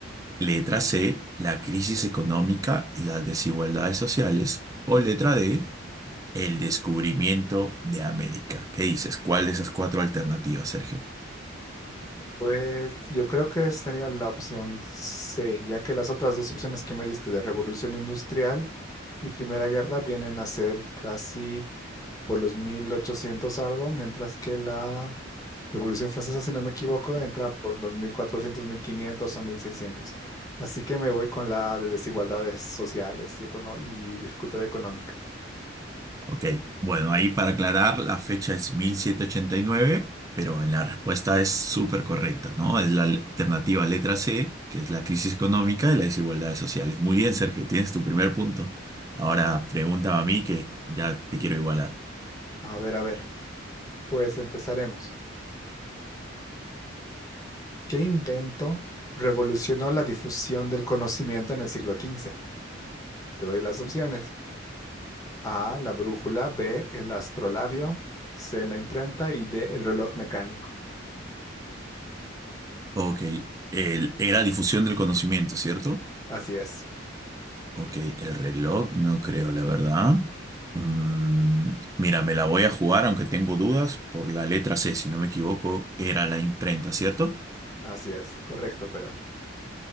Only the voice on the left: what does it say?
Pues yo creo que sería la opción C, ya que las otras dos opciones que me diste de Revolución Industrial y Primera Guerra vienen a ser casi por los 1800 algo, mientras que la Revolución Francesa, si no me equivoco, entra por los 1400, 1500 o 1600. Así que me voy con la de desigualdades sociales y, econo- y dificultad económica.
A ver, a ver. Pues empezaremos. ¿Qué invento revolucionó la difusión del conocimiento en el siglo XV? Te doy las opciones. A, la brújula, B, el astrolabio, C, la imprenta y D, el reloj mecánico.
Así es,
así es, correcto, pero.